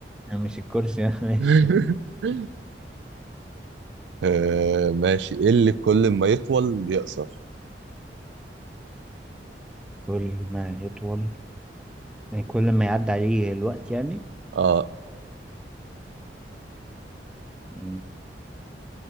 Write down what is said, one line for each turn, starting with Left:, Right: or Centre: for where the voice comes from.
Centre: يعني مش الكرسي <laughs> ماشي
Right: <laughs> آه ماشي ايه اللي كل ما يطول يقصر
Centre: كل ما يطول يعني كل ما يعدي عليه الوقت يعني
Right: اه
Centre: مم،